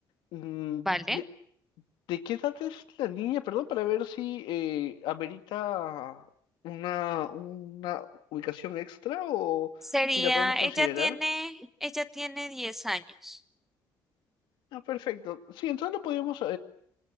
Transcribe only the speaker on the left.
Mm,
¿De, de qué edad es la niña? Perdón, para ver si eh, amerita una, una ubicación extra o
si la podemos considerar.
Ah, perfecto. Sí, entonces lo podemos